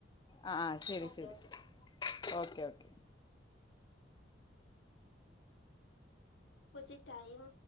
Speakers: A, on the left (about 20°); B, on the left (about 75°).
A: ആ ആ ശരി
B: ഓക്കെ
A: ശരി
B: ഓക്കെ
A: ഓക്കെ ഓക്കെ
B: കുച്ച് ടൈം